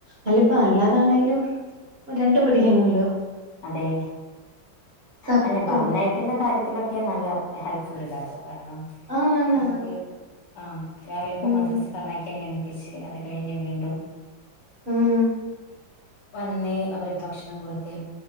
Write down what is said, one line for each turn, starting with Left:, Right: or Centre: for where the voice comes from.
Right: അല്ലപ്പ അല്ലാതാണെങ്കിലും രണ്ടും പടിക്കണവല്ലോ
Left: അതെ
Right: സത്യം
Left: അന്നെ പർനെ പിന്ന കാര്യത്തിലൊക്കെ നല്ല ഹെൽപ്ഫുൾ ഇതാ ട്ടോ കാരണം
Right: ആണാണാണ്
Left: നമ്മക്കേയ് ആഹ് രാവിലെപ്പൊ
Right: ഉം
Left: മദ്രസ് പർഞയക്കാനെണീപ്പിച്. അത് കഴിഞ് വീണ്ടും
Right: ഉം
Left: വന്ന് അവർക്ക് ഭക്ഷണം കൊടുത്ത്